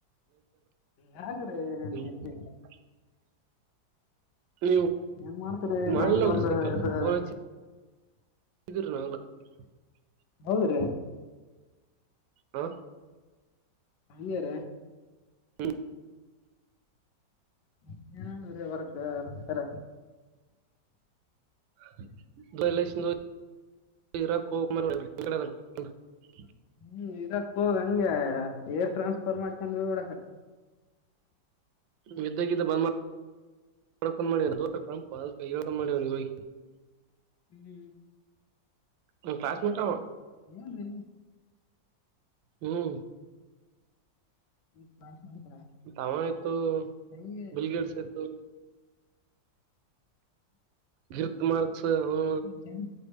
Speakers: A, on the left; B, on the right.
A: ಯಾಕ್ರಿ ಮತ್ತೆ
B: <unintelligible>
A: <inaudible>
B: ನೀವು
A: ಏನ್ ಮಾಡ್ತಿರಿ
B: ಮಾಡ್ಲಲ್ರಿ
A: ನಮ್ದೊಂದು
B: ಸಾಯಂಕಾಲ
A: ಇದ್ರ
B: ಫೋನ್ <unintelligible>
A: ಹೌದ್ರೀ
B: ಹಾ
A: ಹಂಗೇರ
B: ಹ್ಮ
A: <unintelligible> ವರ್ಕ್ ಸರ
B: <unintelligible>
A: ಹ್ಮ್ ಇರಾಕ್ ಹೋಗ್ ಹಂಗೆ ಏರ್ ಟ್ರಾನ್ಸ್ಫರ್ ಮಾಡ್ಕೊಂಡ್ ಹೋಗ್ಬಿಡ <inaudible>
B: ಯುದ್ಧ ಗಿದ್ದ ಬಂದ್ಮಾ <unintelligible>
A: ಹ್ಮ್
B: ನಮ್ ಕ್ಲಾಸ್ಮೆಟ್ ಅವ
A: ಏನ್ ರೀ
B: ಹ್ಮ್
A: <inaudible>
B: ಮತ್ತಾವ ಆಯ್ತು
A: ಹೆಂಗೆ
B: ಬಿಲ್ಗೇಡ್ಸ್ ಆಯ್ತು ಗಿರ್ತ್ ಮಾರ್ಕ್ಸ್ ಅವ್ನು
A: ಜಡಿ